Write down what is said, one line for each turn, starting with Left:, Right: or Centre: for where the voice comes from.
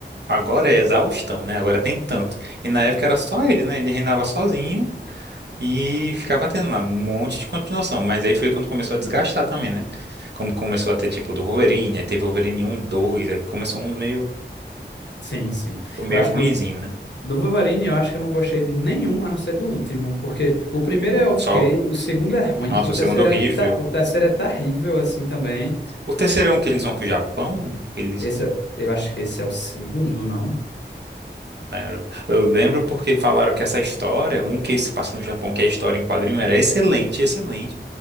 Right: agora é exaustão, né? Agora tem tanto. E na época era só ele, né? Ele reinava sozinho e ficava tendo lá um monte de continuação. Mas aí foi quando começou a desgastar também, né? Como começou a ter tipo do Wolverine, aí teve Wolverine um 2 aí começou uns meio.
Left: Sim, sim.
Right: Ficou
Left: Eu
Right: meio
Left: acho
Right: ruinzinho,
Left: que do
Right: né?
Left: Do Wolverine, eu acho que eu não gostei de nenhum, a não ser do último, porque o primeiro é ok,
Right: Só,
Left: o segundo é ruim,
Right: nossa,
Left: o terceiro
Right: o segundo horrível.
Left: é, te- o terceiro é terrível, assim, também.
Right: O terceiro é um que eles vão pro Japão? Eles,
Left: Esse, é- eu acho que esse é o segundo, não?
Right: era- eu lembro porque falaram que essa história, um que se passa no Japão, que é a história em quadrinho, era excelente, excelente,